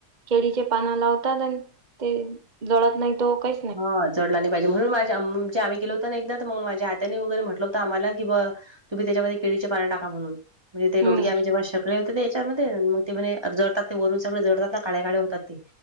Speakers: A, on the right (about 30°); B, on the right (about 15°).
A: केळीचे पाना लावतात आणि ते जळत नाही तो काही
B: हा जडला नाहीहिजे म्हणून माझ्याणे आम्ही गेो होत ना एकदा तर मग माझ्या आतनेगैरे म्हटलं होत आम्हाला की ब तुम्ही त्याच्यामध्ये केळीडीचे पाणी टाका म्हून म्हणजे तेोडी
A: हम्म
B: आम्ही जेव श सग होते याच्यामध्ये मग ते म्ह जडतात ते वरून सगळे जडतात ना काळ्या काळे होतात ते